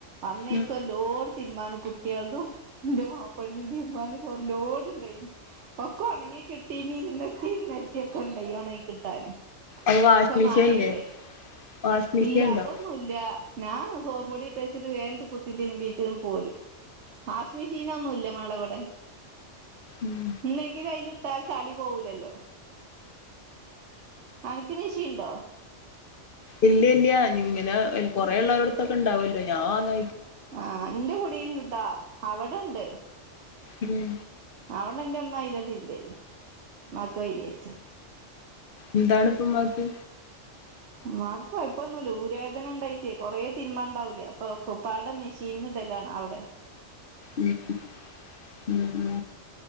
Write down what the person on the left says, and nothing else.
ഉം
അത് വാഷിംഗ്
മെഷീൻല്ലേ
വാഷിംഗ് മെഷീൻ
ഉണ്ടോ
ഉം
ഇല്ല ഇല്ല ഇങ്ങനെ കൊറെ ഉള്ളവരടത്തൊക്കെ ഇണ്ടാവല്ലോ ഞാൻ അങ്ങ
ഉം
എന്താണ്പ്പമ്മാക്ക്
ഉ ഉം ഉ